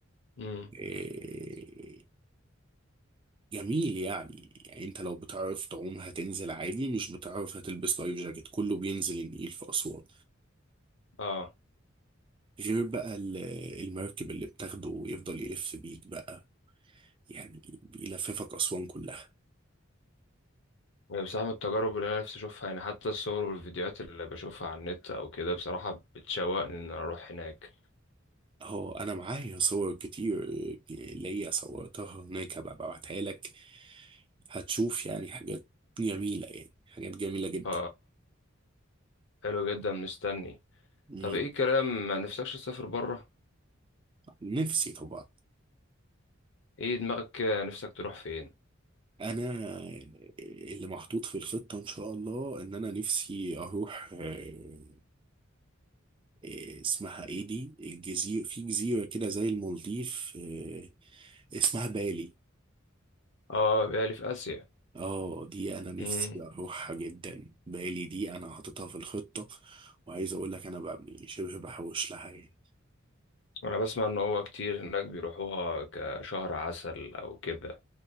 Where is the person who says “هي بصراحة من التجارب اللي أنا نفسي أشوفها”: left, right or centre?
Left